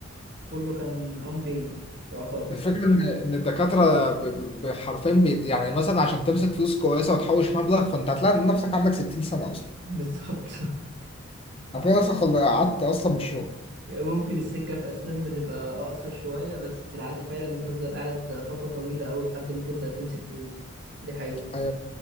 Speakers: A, on the right (about 50°); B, on the left (about 25°).
A: كله كان unpaid يعتبر
B: الفكرة إن إن الدكاترة ب- ب- ب- حرفيا بيت يعني مثلا عشان تمسك فلوس كويسة وتحوش مبلغ فأنت هتلاقي إن نفسك عندك 60 سنة أصلا
A: <laughs> بالظبط
B: هتلاقي نفسك خل- قعدت أصلا من الشغل
A: يعني ممكن السكة في أسنان بتبقى أقصر شوية بس في العادي فعلا بتفضل قاعد فترة طويلة أوي لحد ما تبدأ تمسك فلوس دي حقيقة
B: أيوه